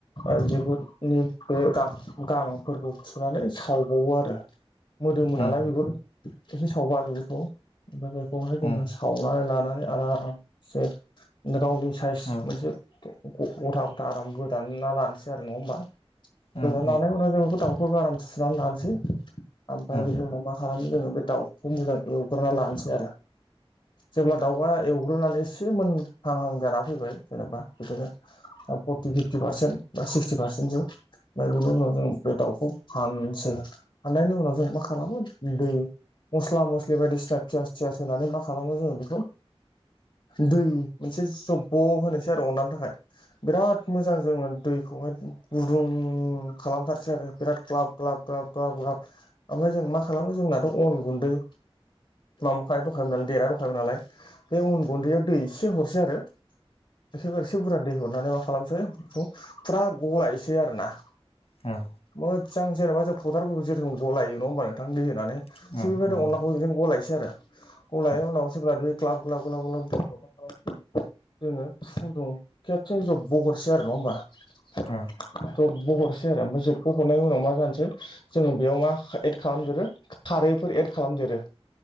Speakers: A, on the left; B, on the left.
A: आरो <unintelligible> गांफोरखौ फुनानै सावबावो आरो मोदोमोन
B: औ
A: नालाय बिगुर एसे सावबा बिगुरखौ ओमफ्राय बेखौहाय जोङो
B: औ उम
A: सा खावनानै लानानै आरामसे नो गावनि साइस
B: उम
A: मोनसे ग ग गथा गथा आराम गोदाना लानोसै आरो नङा होमबा
B: औ
A: गोदानायनानै
B: उम उम औ
A: उनाव जोङो बे दाव बेफोरखौ आराम सुनानै लानोसै ओमफ्राय
B: औ
A: बे उनावामा खालामो जोङो बे दाउखौ मोजां एवग्रोनना लानोसै आरो जेब्ला दाउबआ एवग्रोनानै एसे मोनहांहां जाना फैबाय जेनेबा बिदिनो फरटि फिफ्टि पारसेन्ट बा सिक्सटि पारसेन्टसो ओमफ्राय बिनि उनाव जों बे दाउखौ हानसै हाननायनि उनाव जों मा खालामो दै मस्ला मस्लि बायदिसिना पियास थियास होनानै मा खालामो जोङो बेखौ दै मोनसे जब ब होनोसै आरो अननानै थाखाय बिराद मोजां जोङो दैखौहाय गुदुं खालामथारसै आरो बिराद ग्लाब ग्लाब ग्लाब ग्लाब ग्लाब ओमफ्राय जों मा खालामो जोंनाथ' अन गुन्दै माबाखायनाय दखायोमोन नालाय देना दंखायोमोन नालाय बे उन गुन्दैयाव दै एसे हरसै आरो एखेबारेसे बुरजा दै हरनानै मा खालामसै बेखौ फुरा गलायसै आरो ना
B: औ
A: मोजां जेनेवबा जों फावदारफोरखौ जेरै गलायो नङा होमबा नोंथां दै होनानै थिग
B: औ
A: बेबायदों
B: औ नोंथां
A: अनलाखौ
B: औ औ
A: बिदिनो गलायसै आरो <unintelligible>
B: औ
A: उनाव जेब्ला दै ग्लाब ग्लाब ग्लाब ग्लाब जोङो फुदुं खेबसेनो जब बहरसै आरो नङा होम्बा
B: औ
A: जब ब हरसै आरो ओमफ्राय जब ब हरनायनि उनाव मा जानोसै जोङो बेयाव मा एद खालामदोरो खारैफोर एद खालामदेरो